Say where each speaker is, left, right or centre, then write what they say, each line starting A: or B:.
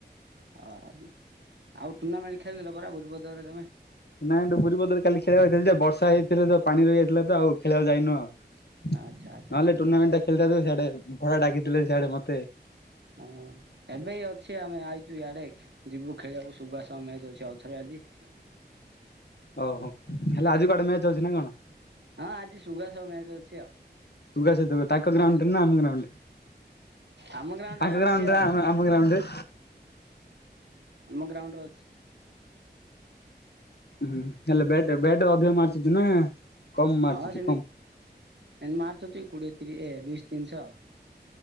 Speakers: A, on the right (about 80°); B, on the left (about 70°).
A: ଓହୋ ଆଉ ଟୁର୍ଣ୍ଣାମେଣ୍ଟ ଖେଳିଦେ ପରା ବୁିବଦରେ ତମେ।
B: ନାଇଁଠୁ ପୁରୀ ପଦରେ କାଲି ଖେଳିବା ହେଇଥିଲା ଯେ ବର୍ଷା ହେଇଥିଲା ତ ପ ପାଣି ରହି ଯାଇଥିଲା ତ ଆଉ ଖେଳିବାକୁ ଯାଇନୁ ଆଉ। ନହେଲେ
A: ଆଚ୍ଛା ଆଚ୍ଛା ଠିକ୍
B: ଟୁର୍ଣ୍ଣାମେଣ୍ଟ
A: ଅଛି
B: ଟା ଖେଳିଥିବୁ ସେଆଡେ ଭଡା ଡାକିଥିଲେ ସେଆଡେ ମତେ।
A: ହଁ ଏବେ ଅଛି ଆମେ ଆଇଛୁ ଇଆଡ଼େ। ଯିବୁ ଖେଳିବାକୁ ଶୁବାସ ମ୍ୟାଚ ଅଛି ଆଉ ଥରେ ଆଜି।
B: ଓ ହୋ ହେଲେ ଆଜି କୁଆଡେ ମ୍ୟାଚ ଅଛି ନାଇଁ କଣ?
A: ହଁ ଆଜି ସୁବାସ ମ୍ୟାଚ ଅଛି ଆଉ।
B: ତୁ କ ତାଙ୍କ ଗ୍ରାଉଣ୍ଡରେ ଆମ ଗ୍ରାଉଣ୍ଡ।
A: ଆମ ଗ୍ରାଉଣ୍ଡରେ
B: ଆଙ୍କ
A: ଅଛି
B: ଗ୍ରାଉଣ୍ଡ
A: ଆଉ
B: ଆମ ଗ୍ରାଉଣ୍ଡରେ।
A: ଆମ ଗ୍ରାଉଣ୍ଡରେ ଅଛି।
B: ହୁଁ ହେଲା ବେଟ ବେଟ ଅଧିକ ମାରିଛି ନା। କମ୍ ମାରୁଛନ୍ତି
A: ହଁ ସେମିତି
B: କମ୍
A: ଏ ମାର୍ଚଛି କୋଡିଏ ତିରି ଦୁଶ ତିନିଶହ।